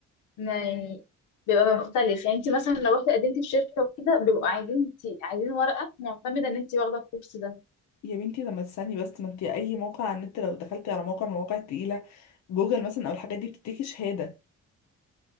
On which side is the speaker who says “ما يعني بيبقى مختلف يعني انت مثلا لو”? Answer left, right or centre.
Left